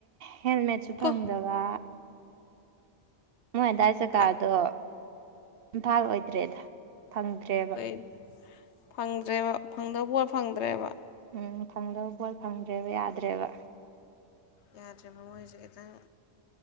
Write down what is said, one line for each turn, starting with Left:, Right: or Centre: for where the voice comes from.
Right: ꯍꯦꯜꯃꯦꯠꯁꯨ ꯐꯪꯗꯕ
Left: ꯀꯣ
Right: ꯃꯣꯏ ꯑꯗꯨꯗꯥꯏ ꯖꯒꯥꯗꯣ
Left: ꯐꯪ
Right: ꯏꯝꯐꯥꯜ ꯑꯣꯏꯗ꯭ꯔꯦꯗ ꯐꯪꯗ꯭ꯔꯦꯕ
Left: ꯀꯩ ꯐꯪꯗ꯭ꯔꯦꯕ ꯐꯪꯗꯕ ꯐꯪꯗ꯭ꯔꯦꯕ
Right: ꯎꯝ ꯐꯪꯗꯕ ꯄꯣꯠ ꯐꯪꯗ꯭ꯔꯦꯕ ꯌꯥꯗ꯭ꯔꯦꯕ
Left: ꯌꯥꯗ꯭ꯔꯕ ꯃꯣꯏꯁꯦ ꯈꯤꯇꯪ